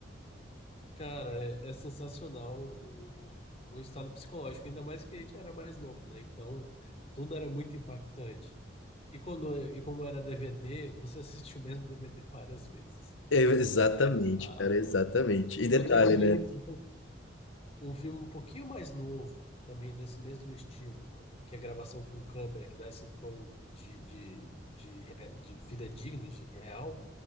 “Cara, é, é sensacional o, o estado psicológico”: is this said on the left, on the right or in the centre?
Left